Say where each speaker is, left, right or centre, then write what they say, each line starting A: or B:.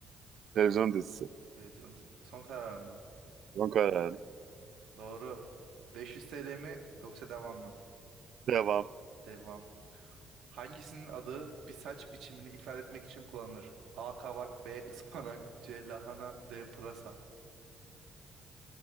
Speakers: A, on the right (about 65°); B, on the right (about 85°).
A: televizyon dizisi.
B: Televizyon son kararın mı?
A: Son karar.
B: Doğru. 500 TL mi yoksa devam mı?
A: Devam.
B: Devam. Hangisinin adı bir saç biçimini ifade etmek için kullanılır? A. Kabak B. ıspanak C. Lahana D. Pırasa